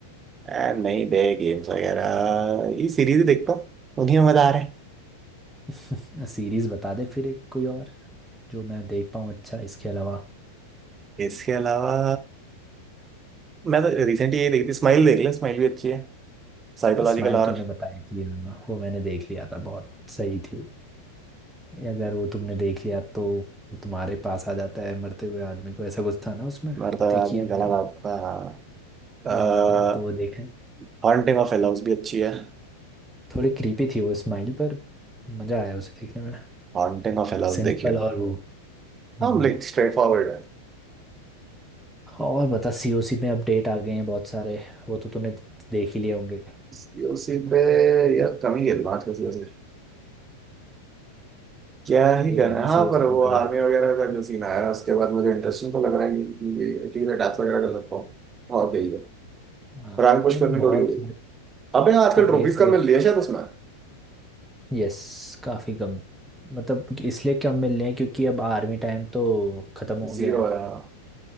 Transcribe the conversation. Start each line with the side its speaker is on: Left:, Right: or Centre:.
Right: ए, नहीं दे गेम्स वगैरह ये सीरीज देखता हूँ उन्हीं में मजा आ रहा है
Centre: फिर <laughs> सीरीज बता दे फिर एक कोई और जो मैं देख पाऊँ अच्छा इसके अलावा
Right: इसके अलावा मैं तो रिसेंटली ये देखी थी स्माइल देख ले स्माइल भी अच्छी है साइकोलॉजिकल
Centre: स्माइल
Right: हॉरर
Centre: तूने बताई थी हाँ, वो मैंने देख लिया था बहुत सही थी वो। अगर वो तुमने देख लिया तो वो तुम्हारे पास आ जाता है मरते हुए आदमी को ऐसा कुछ था ना उसमें
Right: मरता है
Centre: देखी
Right: आदमी
Centre: है मैंने
Right: गला
Centre: वो
Right: दाबता है हाँ,
Centre: हाँ तो वो देखें
Right: हॉन्टिंग ऑफ हिल हाउस भी अच्छी है
Centre: थोड़ी क्रीपी थी वो स्माइल पर मजा आया उसे देखने में
Right: हॉन्टिंग ऑफ हिल हाउस
Centre: सिंपल
Right: देखियो
Centre: और वो हम्म,
Right: हाँ लाइक स्ट्रेट फॉरवर्ड है
Centre: और बता सीओसी में अपडेट आ गए हैं बहुत सारे वो तो तूने देख ही लिए होंगे
Right: सीओसी पे यार कम ही खेलना आजकल सीओसी क्या ही
Centre: देख
Right: करना
Centre: लेना
Right: है। हाँ
Centre: सीओसी
Right: पर वो
Centre: एक
Right: आर्मी
Centre: बार
Right: वगैरह का जो सीन आया उसके बाद मुझे इंटरेस्टिंग तो लग रहा है कि कि कि मैं डैथ वगैरह कर सकता हूँ और क्या ही है
Centre: हाँ
Right: रैंक पुश
Centre: मतलब
Right: करनी
Centre: बहुत
Right: थोड़ी हो गई अबे आजकल
Centre: अपडेट्स
Right: ट्रॉफीज का
Centre: देख
Right: मिल लिया शायद उसमें
Centre: यस काफी कम मतलब कि इसलिए कम मिल रहे हैं क्योंकि अब आर्मी टाइम तो खत्म हो
Right: जीरो
Centre: गया है
Right: है हाँ